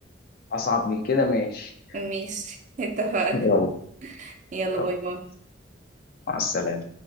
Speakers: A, on the left (about 50°); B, on the right (about 40°).
A: أصعب من كده ماشي
B: ماشي <laughs> اتفقنا
A: يلا
B: يلا
A: يلا
B: باي باي
A: مع السلامة